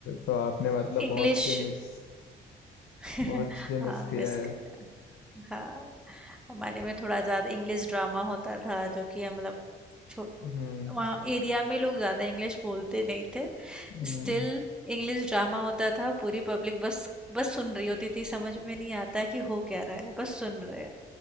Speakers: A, on the left; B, in the centre.
A: तो आपने मतलब बहुत
B: इंग्लिश
A: चीजें मिस
B: हाँ
A: बहुत चीजें मिस किया
B: मिस
A: है
B: कर हाँ हमारे में थोड़ा ज़्यादा इंग्लिश ड्रामा होता था जो कि हम छो-
A: हम्म
B: वहाँ एरिया में लोग ज़्यादा इंग्लिश बोलते नहीं थे
A: हम्म
B: स्टिल इंग्लिश ड्रामा होता था पूरी पब्लिक बस बस सुन रही होती थी समझ में नहीं आता कि हो क्या रहा है बस सुन रहे हैं